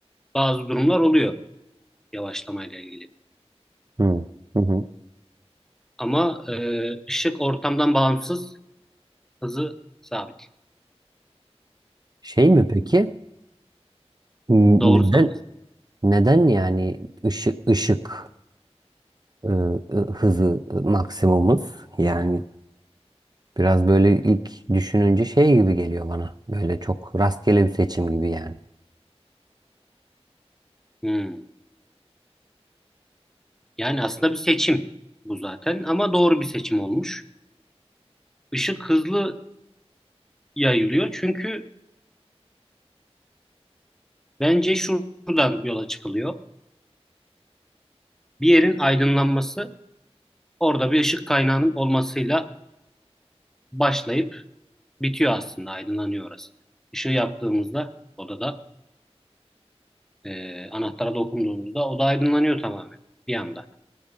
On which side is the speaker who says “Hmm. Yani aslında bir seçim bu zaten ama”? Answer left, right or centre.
Centre